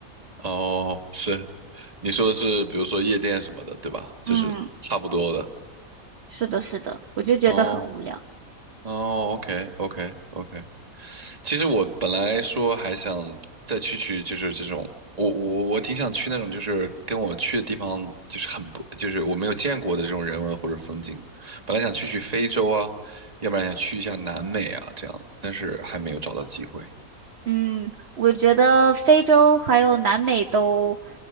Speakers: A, on the right; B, on the right.
A: 哦，是，你说的是比如说夜店什么的，对吧？就是差不多的。
B: 嗯，是的，是的，我就觉得很无聊。
A: 哦哦，OK OK OK，其实我本来说还想再去去，就是这种，我我我挺想去那种，就是跟我去的地方就是很不，就是我没有见过的这种人文或者风景。本来想去去非洲啊，要不然想去一下南美啊，这样，但是还没有找到机会。
B: 嗯，我觉得非洲还有南美都